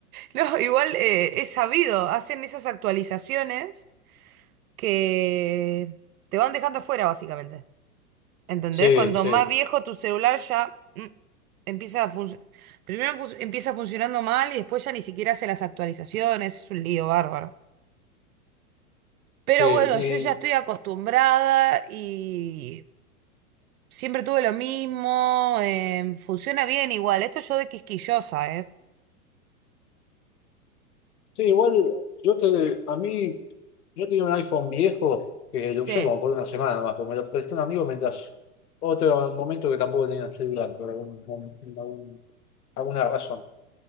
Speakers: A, on the right; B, on the left.
A: No, igual eh, es sabido, hacen esas actualizaciones que te van dejando fuera, básicamente. ¿Entendés?
B: Sí,
A: Cuanto
B: sí,
A: más viejo tu celular ya mm, empieza a funcionar. Primero fun- empieza funcionando mal y después ya ni siquiera hace las actualizaciones. Es un lío bárbaro. Pero
B: sí.
A: bueno,
B: Y,
A: yo ya estoy acostumbrada y siempre tuve lo mismo. em, funciona bien igual. Esto yo de quisquillosa, ¿eh?
B: sí, igual yo te, a mí, yo tenía un iPhone viejo que lo usé
A: Sí,
B: como por una semana más, porque me lo prestó un amigo mientras otro momento que tampoco tenía celular, por algún, algún- alguna razón.